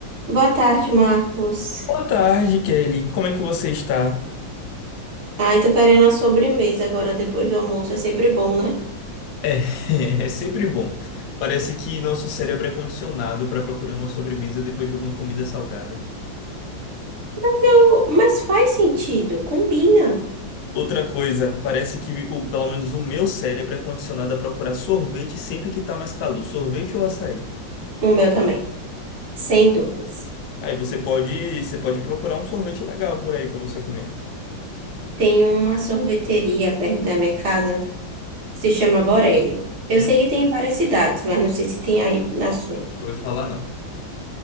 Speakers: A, on the right (about 40°); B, on the left (about 80°).
A: Boa tarde, Marcos.
B: Boa tarde, Kelly. Como é que você está?
A: Ai, tô querendo uma sobremesa agora depois do almoço. É sempre bom, né?
B: É, <laughs> é sempre bom. Parece que nosso cérebro é condicionado para procurar uma sobremesa depois de alguma comida salgada.
A: Mas, eu... Mas faz sentido, combina.
B: Outra coisa, parece que o, pelo menos o meu cérebro é condicionado a procurar sorvete sempre que tá mais calor, sorvete ou açaí.
A: O meu também, sem dúvidas.
B: Aí você pode, você pode procurar um sorvete legal por aí para você comer.
A: Tem uma sorveteria perto da minha casa, se chama Borelli. Eu
B: Hum,
A: sei que tem em várias cidades, mas não sei se tem aí na sua.
B: eu nunca ouvi falar, não.